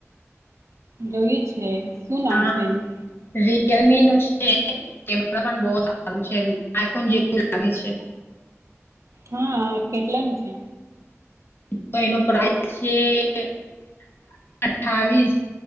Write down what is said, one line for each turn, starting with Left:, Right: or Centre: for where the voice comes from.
Right: જોયું છે, શું નામ
Left: હા
Right: છે એનું?
Left: રિયલમી નું છે. કેમેરા પણ બહ સારું છે, આઈફોન જેવું લાગે છે.
Right: હા, કેટલાનું છે?
Left: તો એનો પ્રઇસ છે- - અઠાવીસ